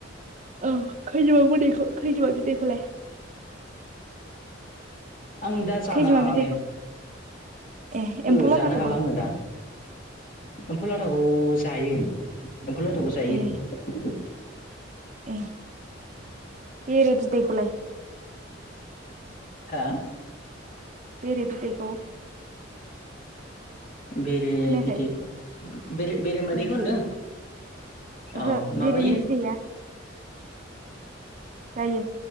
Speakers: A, on the right; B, on the left.
A: औ खैजेमा बिदैखौ खैजेमा बिदैखौलाय
B: आं दा जानो
A: खैजोमा
B: हालालै
A: बिदैखौ ए
B: ओ
A: एम्फौ लाथाखौबो
B: जानो हाला आङो दा एम्फौ लाथाखौ जायो एम्फौ लाथाखौ जायो
A: ए <inaudible>
B: <inaudible>
A: बेरे बिदैखौलाय
B: हा
A: बेरे बिदैखौ
B: बेरे
A: खोनायाखै
B: बिदैे बेरे मोदैखौ
A: उम
B: होनदों
A: ओहो
B: अ माबायो
A: बेरेनि बिदैया जायो